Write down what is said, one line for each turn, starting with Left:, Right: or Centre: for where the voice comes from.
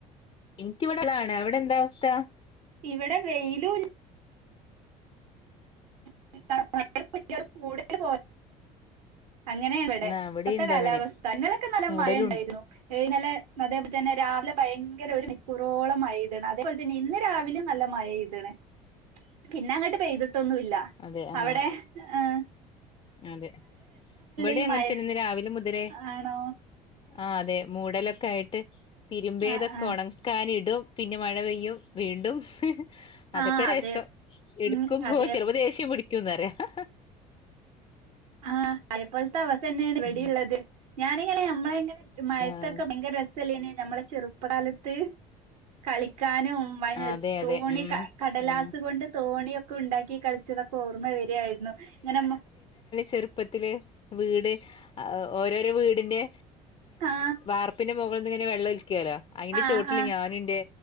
Left: ഇനിക്കിവിടെതാണ് എവിടെ എന്താ അവസ്ഥ
Right: ഇവിടെ വെയിലും <unintelligible> അങ്ങനെയായിവിടെ
Left: ആ ഇവിടെയുണ്ട്
Right: ഇപ്പത്തെ കാലാവസ്ഥ
Left: അങ്ങനെ
Right: ഇന്നലൊക്കെ നല്ല
Left: മൂടലുണ്ട്
Right: മയ ഇണ്ടായിരുന്നു ഏ ഇന്നലെ അതെപോലെ തന്നെ രാവിലെ ഭയങ്കര ഒരു മണിക്കൂറോളം മഴ പെയ്തിണെ അതെപോലെ തന്നെ ഇന്ന് രാവിലെ നല്ല മഴപെയ്തിണേ പിന്നെ അങ്ങട്ട് പെയ്തിട്ടൊന്നുംല്
Left: അതെ ആ
Right: അവിടെ ഏ-
Left: അതെ ഇവിടെയങ്ങനെതന്നെ
Right: ഈ മഴ
Left: രാവിലെ മുതലേ
Right: ആണോ
Left: ആ അതെ മൂടലൊക്കെ ആയിട്ട് തിരുമ്പിയതൊക്കൊണക്കാനിടും
Right: ആ ആ
Left: പിന്നെ മഴ പെയ്- യ്യും വീണ്ടും അതൊക്കെ
Right: ആ അതെ
Left: രസം എടുക്കുമ്പോ
Right: ഉം അതെ
Left: ചെലപ്പോ ദേഷ്യം പിടിക്കും ക്കുംന്ന് പറയവാ
Right: ആഹ് അതേപ്പോലത്തെ അവസ്ഥയെന്നെയാണ് ഇവിടെയുള്ളത്
Left: ഉം
Right: ഞാനയിങ്ങനെയാ നമ്മളെ എങ്ങനെ- മയത്തൊക്കെ
Left: ആഹ്
Right: ഭയങ്കര രസല്ലേന് നമ്മളെ ചെറുപ്പകാലത്ത് കളിക്കാനും- മനസ്
Left: അതെ
Right: തോണി
Left: അതെ ഉം
Right: കടലാസ്
Left: ഉം
Right: കൊണ്ട് തോണിയൊക്കെ ഉണ്ടാക്കി കളിച്ചതൊ- ഓർമ്മ വരിയായിരുന്നു ഇങ്ങനെ മ -
Left: ചെറപ്പത്തില് വീട് ഓരോരോ വീടിന്റെ
Right: ആ
Left: വാർപ്പിന്റെ- മുകൾന്ന്ങ്ങനെ വെള്ളൊലിക്കല്ലോ അയ്ന്റെ
Right: ആ
Left: ചോട്ടില്
Right: ആ
Left: ഞാനുംന്റെ